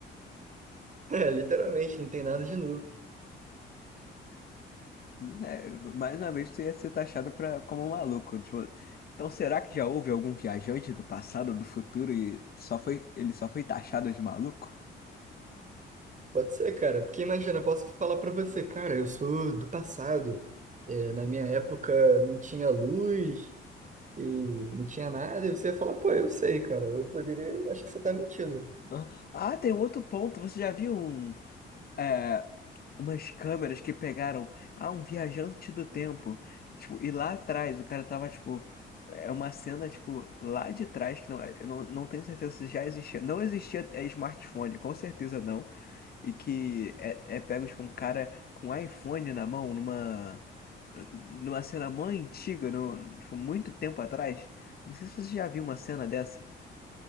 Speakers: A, on the right; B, on the left.
A: É, literalmente, não tem nada de novo.
B: Não é, mais uma vez, tu ia ser taxado pra, como um maluco. tipo, então, será que já houve algum viajante do passado, do futuro, e só foi, ele só foi taxado de maluco?
A: Pode ser, cara, porque imagina, eu posso falar pra você, cara, eu sou do passado. É, na minha época não tinha luz. e não tinha nada, e você ia falar, pô, eu sei, cara, eu poderia, acho que você tá mentindo.
B: Hã? Ah, tem um outro ponto. Você já viu um, é, umas câmeras que pegaram ah, um viajante do tempo? E, tipo, e lá atrás, o cara tava, tipo... É uma cena, tipo, lá de trás, que não, é, eu não, não tenho certeza se já existia. Não existia é, smartphone, com certeza não. E que é, é pego, tipo, um cara com iPhone na mão, numa, numa cena mó antiga, no, tipo, muito tempo atrás. Não sei se você já viu uma cena dessa.